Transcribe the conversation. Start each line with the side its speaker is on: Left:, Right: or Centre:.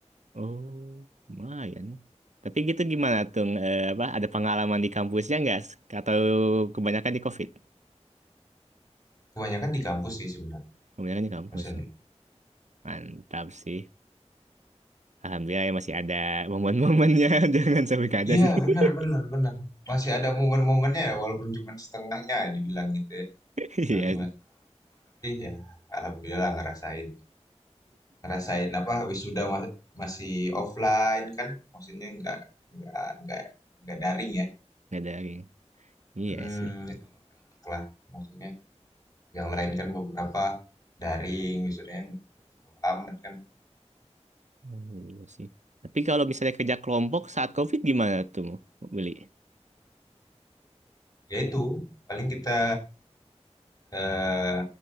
Right: oh, lumayan. Tapi gitu gimana tuh eh, apa ada pengalaman di kampusnya nggak atau kebanyakan di COVID?
Left: Kebanyakan di kampus sih sebenarnya.
Right: Kebanyakan di kampus.
Left: dosen
Right: Mantap sih. Alhamdulillah ya masih ada momen-momennya. <laughs> Jangan sampai nggak ada
Left: Iya,
Right: sih. <laughs>
Left: benar, benar, benar. Masih ada momen-momennya ya, walaupun cuma setengahnya ya dibilang gitu ya.
Right: Iya
Left: Belum cuma
Right: sih.
Left: tapi ya alhamdulillah ngerasain. Ngerasain apa habis sudah ma- masih offline kan, maksudnya nggak nggak nggak nggak daring ya.
Right: Nggak ada lagi. Iya
Left: Hmm,
Right: sih.
Left: itu enak lah. Maksudnya Yang lain kan beberapa daring, wisudanya nggak seru amat kan.
Right: Hmm, iya sih. Tapi kalau misalnya kerja kelompok saat COVID gimana tuh, Beli?
Left: Ya itu, paling kita eh,